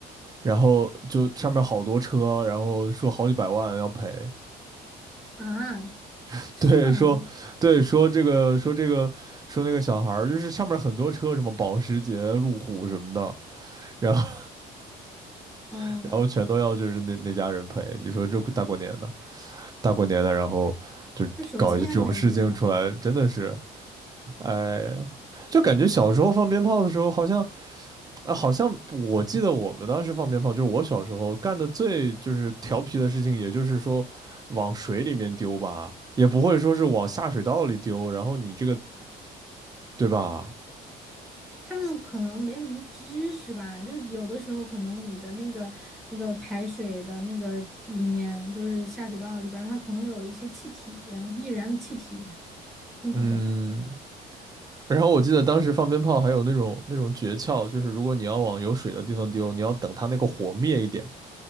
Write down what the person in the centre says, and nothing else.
啊，
是吗？
嗯，
就手欠呗，这些小孩。
他们可能没什么知识吧，就是有的时候可能你的那个那个排水的那个里面，就是下水道里边儿它可能有一些气体，易燃的气体，他们不懂。